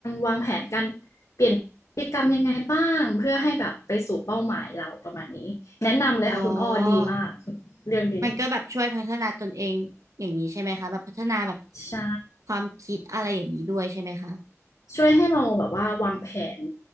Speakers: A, on the left; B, on the right.
A: วางแผนการเปลี่ยนพฤติกรรมยังไงบ้างเพื่อให้แบบไปสู่เป้าหมายเราประมาณนี้แนะนำเลยค่ะคุณอ้อดีมาก
B: อ๋อ
A: เรื่องดี
B: มันก็แบบช่วยพัฒนาตนเองอย่างนี้ใช่ไหมคะแบบพัฒนาแบบ
A: ใช่
B: ความคิดอะไรอย่างนี้ด้วยใช่ไหมคะ
A: ช่วยให้เราแบบว่าวางแผน